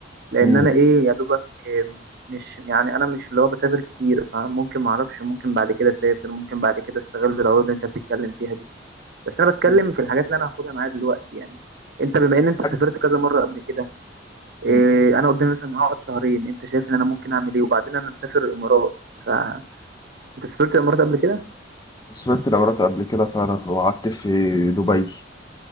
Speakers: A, on the right; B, on the left.
A: لأن
B: مم.
A: أنا إيه يا دوبك آم، مش يعني أنا مش اللي هو بسافر كتير فممكن ما أعرفش ممكن بعد كده أسافر ممكن بعد كده أستغل العروض اللي أنت بتتكلم فيها دي بس أنا بتكلم
B: مم.
A: في الحاجات اللي أنا هاخدها معايا دلوقتي يعني أنت بما إن أنت سافرت
B: حاجة-
A: كذا مرة قبل كده إيه
B: مم.
A: انا قدامي مثلا هقعد شهرين انت شايف ان انا ممكن اعمل ايه وبعدين انا مسافر الامارات ف انت سافرت الامارات قبل كده
B: سافرت الإمارات قبل كده فعلا وقعدت في دبي